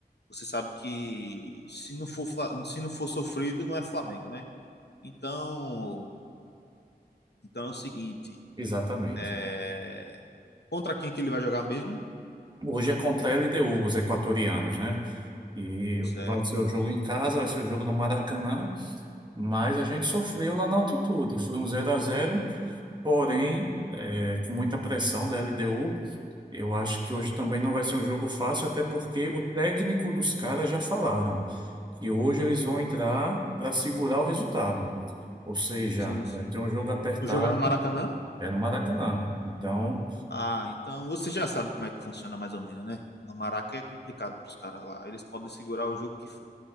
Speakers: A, on the left; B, on the right.
A: Você sabe que se não for fla- se não for sofrido, não é Flamengo, né? Então, então é o seguinte,
B: Exatamente.
A: É, Contra quem que ele vai jogar mesmo?
B: Hoje é contra a LDU, os equatorianos, né? E
A: Certo.
B: vai ser o jogo em casa, vai ser o jogo no Maracanã, mas a gente sofreu lá na altitude. Foi um zero a zero, porém, é, com muita pressão da LDU. Eu acho que hoje também não vai ser um jogo fácil, até porque o técnico dos caras já falaram que hoje eles vão entrar para segurar o resultado. Ou seja,
A: Sim, sim.
B: vai ter um jogo apertado,
A: O jogo é no Maracanã?
B: é no Maracanã. Então,
A: Ah, então você já sabe como é que funciona mais ou menos, né? No Maraca é complicado pros caras lá. Eles podem segurar o jogo que for.